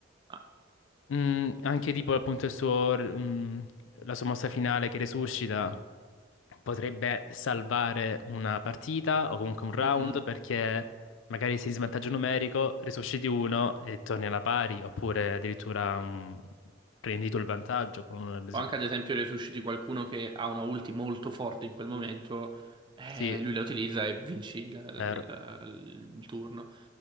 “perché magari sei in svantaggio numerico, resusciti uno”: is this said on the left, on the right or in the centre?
Left